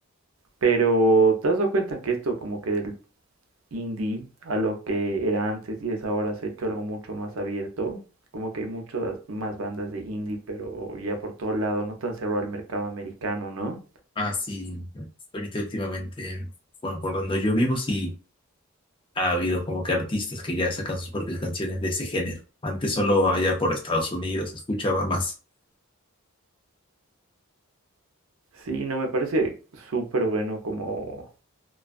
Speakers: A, on the right; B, on the left.
A: pero ¿te has dado cuenta que esto como que del indie a lo que era antes y es ahora se ha hecho algo mucho más abierto? Como que hay muchas más bandas de indie, pero ya por todo lado, no tan cerrado al mercado americano, ¿no?
B: Ah, sí, ahorita últimamente, bueno, por donde yo vivo sí ha habido como que artistas que ya sacan sus propias canciones de ese género. Antes solo allá por Estados Unidos se escuchaba más. <laughs>
A: Sí, no, me parece súper bueno como